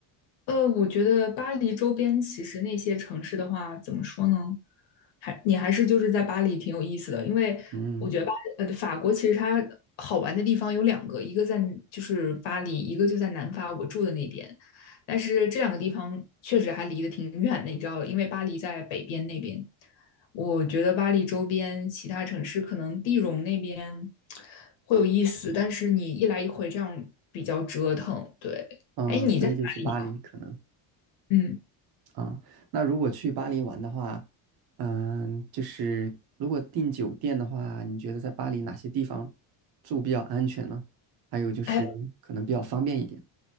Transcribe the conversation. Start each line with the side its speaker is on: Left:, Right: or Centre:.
Left: 呃，我觉得巴黎周边其实那些城市的话，怎么说呢？还你还是就是在巴黎挺有意思的，因为我觉得巴呃法国其实它好玩的地方有两个，
Right: 嗯。
Left: 一个在就是巴黎，一个就在南法我住的那边。但是这两个地方确实还离得挺远的，你知道，因为巴黎在北边那边，我觉得巴黎周边其他城市可能地荣那边会有意思，但是你一来一回这样比较折腾。对，
Right: 嗯，
Left: 哎，你在哪里？
Right: 所以就是巴黎可能
Left: 嗯，
Right: 啊。那如果去巴黎玩的话，嗯，就是如果订酒店的话，你觉得在巴黎哪些地方住比较安全呢？还有就是可能比较方便一点。
Left: 哎，